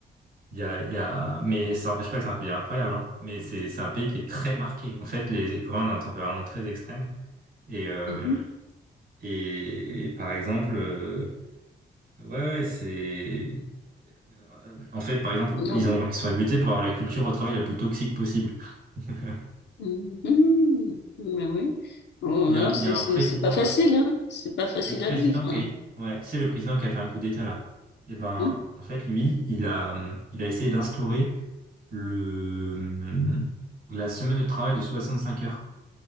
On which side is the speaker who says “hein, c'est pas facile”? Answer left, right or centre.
Left